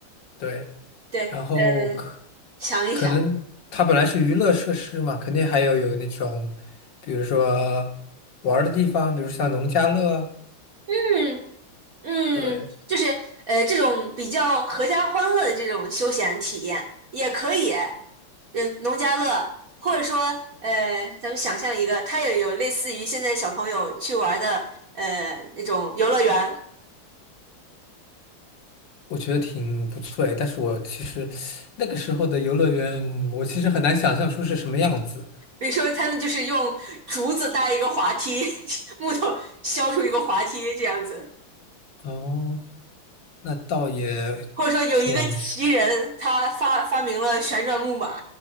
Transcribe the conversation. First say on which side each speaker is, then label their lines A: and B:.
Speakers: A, on the left (about 60°); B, on the right (about 55°).
A: 对。
B: 对，
A: 然后可
B: 呃，想一想，
A: 可能它本来是娱乐设施嘛，肯定还有有那种，比如说玩儿的地方，比如像农家乐啊
B: 嗯嗯，
A: 对，
B: 就是呃，这种比较合家欢乐的这种休闲体验也可以，呃，农家乐，或者说呃，咱们想象一个，它也有类似于现在小朋友去玩的呃那种游乐园。
A: 我觉得挺不错诶。但是我其实那个时候的游乐园，我其实很难想象出是什么样子。
B: 比如说，他们就是用竹子搭一个滑梯，<laughs> 木头削出一个滑梯这样子。
A: 哦，那倒也挺，
B: 或者说有一个奇人，他发发明了旋转木马，